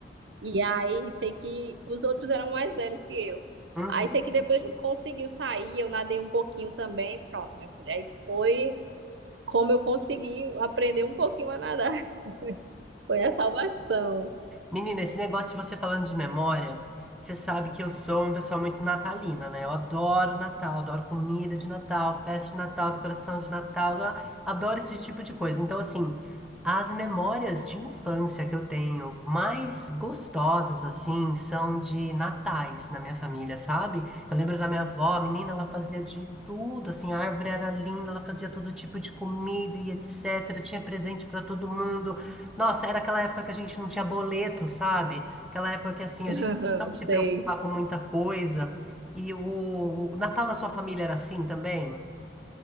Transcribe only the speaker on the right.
E aí, sei que os outros eram mais velhos que eu.
Aí, sei que depois a gente conseguiu sair, eu nadei um pouquinho também. Pronto, minha filha. Aí foi como eu consegui aprender um pouquinho a nadar. <laughs> Foi a salvação.
Aham,
sei.